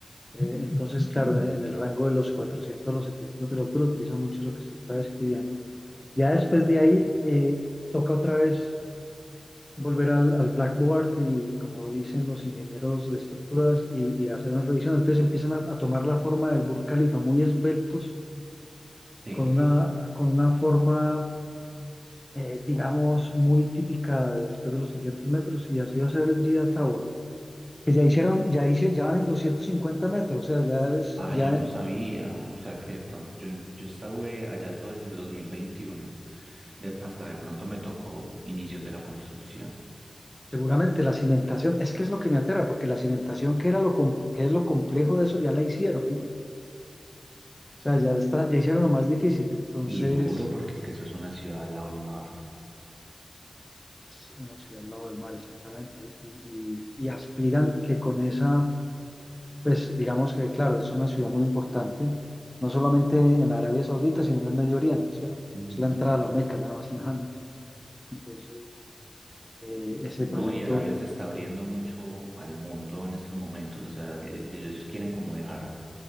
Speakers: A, on the left; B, on the right.
A: Eh, entonces, claro,
B: mm,
A: en el rango de los 400 a los 700 metros de altura utilizan mucho lo que se está describiendo Ya después de ahí, eh, toca otra vez volver al, al Blackboard y, como dicen los ingenieros de estructuras, y, y hacer una revisión. Entonces empiezan a, a tomar la forma del Burj Khalifa, muy esbeltos,
B: Sí.
A: con una, con una forma, eh, digamos, muy típica de después de los 600 metros, y así va a ser el jeddah Tower. Que ya hicieron, ya hice, ya van en 250 metros, o sea, ya es,
B: Ah,
A: ya
B: yo no sabía, o sea, que de pronto, yo, yo estuve allá todo el 2021, de, hasta de pronto me tocó inicios de la construcción.
A: seguramente la cimentación, es que es lo que me aterra, porque la cimentación que era lo, com- que es lo complejo de eso, ya la hicieron. ¿no? O sea, ya está, ya hicieron lo más difícil, entonces
B: Y duro, porque es que eso es una ciudad al lado del mar.
A: es una ciudad al lado del mar, exactamente. Y, y, y aspiran que con esa, pues digamos que, claro, es una ciudad muy importante, no solamente en Arabia Saudita, sino en el Medio Oriente, ¿cierto?
B: Ujú.
A: Es la entrada a la Meca, nada más y nada menos. Entonces, eh, ese
B: No,
A: proyecto,
B: y Arabia se está abriendo mucho al mundo en estos momentos, o sea, que ellos quieren como dejar